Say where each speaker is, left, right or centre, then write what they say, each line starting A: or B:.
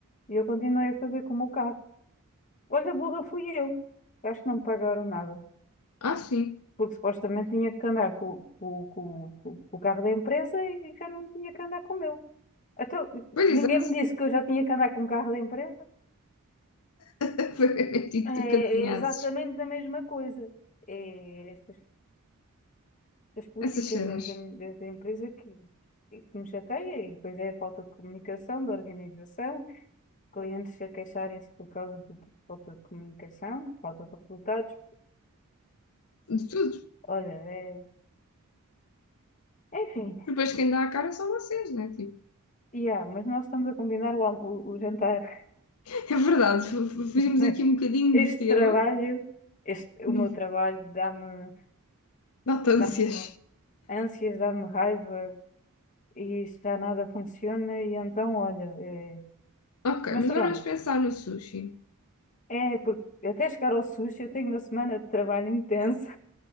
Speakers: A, on the left; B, on the left.
A: E eu continuei a fazer com o meu carro. Olha, burra fui eu. Acho que não me pagaram nada.
B: Ah, sim.
A: Porque supostamente tinha que andar com, com, com, com, com o carro da empresa e já não tinha que andar com o meu. Então,
B: Pois
A: ninguém
B: exato.
A: me disse que eu já tinha que andar com o carro da empresa.
B: <laughs> Foi tipo
A: É
B: tu que adivinhasses
A: é exatamente a mesma coisa. É, estas das políticas
B: essas cenas
A: da, da, da- empresa que, que me chateia, e depois é a falta de comunicação, de organização, clientes a queixarem-se por causa de, de falta de comunicação, por falta de resultados.
B: de tudo.
A: Olha, é, enfim,
B: Depois quem dá a cara são vocês, né? Tipo,
A: yeah, mas nós estamos a combinar o, almo- o, o jantar.
B: <laughs> é verdade, f- f- fugimos
A: <laughs>
B: aqui um bocadinho
A: Este
B: de tema.
A: trabalho, este,
B: <laughs>
A: o meu trabalho, dá-me
B: Batâncias.
A: dá-me ânsias, dá-me raiva e isto já nada funciona, e então, olha, é,
B: Ok,
A: mas
B: mas
A: pronto.
B: agora vamos pensar no sushi.
A: É, porque até chegar ao sushi eu tenho uma semana de trabalho intensa.